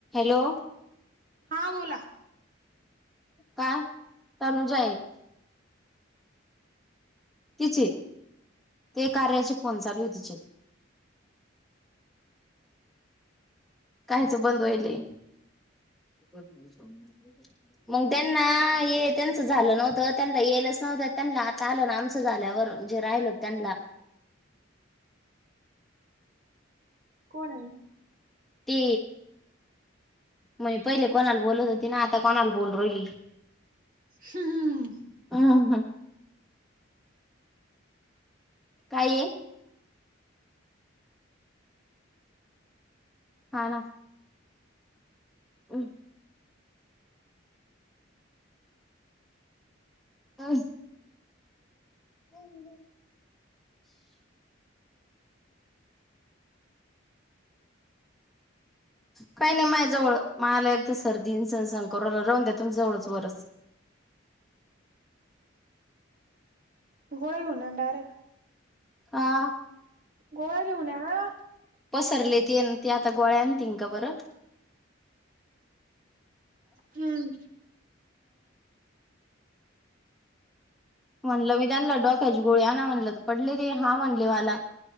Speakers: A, in the centre; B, on the right (about 40°).
A: Hello.
B: हा बोला.
A: का? तनुजा आहे. तिचे ते कार्याचे फोन चालू तिचे. कायच बंद होईल ने. हो सांगितलंय त्या मग त्यांना हे त्यांच झालं नव्हतं त्यांना येलच नव्हतं त्यांना आता आलं ना आम क्स झाल्यावर जे राहिल होतं त्यांना.
B: कोण आहे?
A: ती. म्हणजे पहिले कोणाला बोलत होती ना आता कोणाला बोलू राहिली.
B: हम्म.
A: अ हं हं. काय आहे? हा ना. अ हं अज. <unintelligible> काही नाही माय जवळ, मला एक सर्दी संक रावंद्यातून जवळच वरच.
B: गोळा घेऊ ना डायरेक्ट.
A: आ.
B: गोळा घेऊ नव्हं.
A: पसरले ते ते आता गोळ्या आणतील का बरं?
B: हम्म.
A: म्हणलं मी त्यांनी ल डोक्याची गोळी आणा म्हणलं तर पडले ते हा म्हणले मला